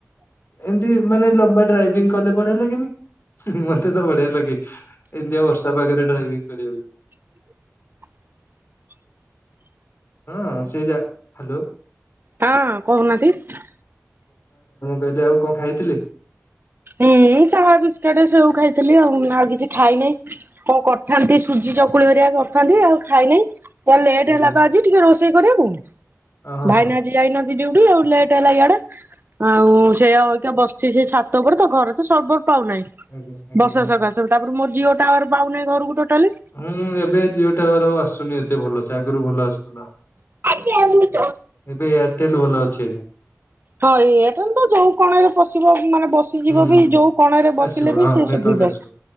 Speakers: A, on the left; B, on the right.
A: ଏମତି ମାନେ ଲମ୍ବା ଡ୍ରାଇଭିଂ କଲେ ବଢିଆ ଲାଗେନି। ମତେ ତ ବଢିଆ ଲାଗେ ଏମତିଆ ବର୍ଷା ପାାଗରେ ଡ୍ରାଇଭିଂ କରିବାକୁ।
B: <inaudible>
A: ହଁ ସିଏଜା ହାଲୋ।
B: ହଁ କହୁନାହାନ୍ତି।
A: ବଦ ଆଉ କଣ ଖାଇଥିଲେ?
B: ହୁଁ ଚାହା, ବିସ୍କିଟ ସେଓ ଖାଇଥିଲି ଆଉ ଆଉ କିଛି ଖାଇନାହିି କଣ କରିଥାନ୍ତି ସୁଜି ଚକୁଳି ହରିଆ କରିଥାନ୍ତି ଆଉ ଖାଇ ନାହିଁ। ତା ଲେଟ୍
A: ଆଜ୍ଞା
B: ହେଲା ତ ଆଜି ଟିକେ ରୋଷେଇ କରିବାକୁ
A: ଅ ହଁ
B: ଭାଇନା
A: ହଁ।
B: ଆଜି ଯାଇନାହାନ୍ତି ଉଠ ଆଉ ଲେଟ ହେଲା ଇଆଡେ ଆଉ ସେ ଆଉ ବସିଛି ସେ ଛାତ ଉପରେ ତ ଘରେ ତ ସର୍ବ ପାଉନାହିଁ
A: ଆଜ୍ଞା ଆଜ୍ଞା
B: ବର୍ଷା
A: ହଁ
B: ସକାଶେ ତାପରେ ମୋର ଝିଅ ଟା ଆ ପାଉନାହିଁ ଘରକୁ ଟୋଟାଲି।
A: ହଁ ଏବେ ଜିଓ ଟାୱାର ଆଉ ଆସୁନି ଏତେ ଭଲ ସେ ଆଗରୁ ଭଲ ଆସୁଥିଲା।
B: <inaudible>
A: ଏବେ ଏୟାରଟେଲ ଭଲ ଅଛି ଆଜ୍ଞା।
B: ହଁ ଏୟାରଟେଲଟା ତ ଯୋଉ କଣରେ ପଶିଲେ ମାନେ ବସିଯିବ
A: ହୁଁ
B: ବି ଯୋଉ କଣରେ ବସିଲେ
A: ଆସିବ
B: ବି
A: ହଁ
B: ସେ
A: ନେଟୱାର୍କ
B: ଶୁଭିବ।
A: ଆସିବ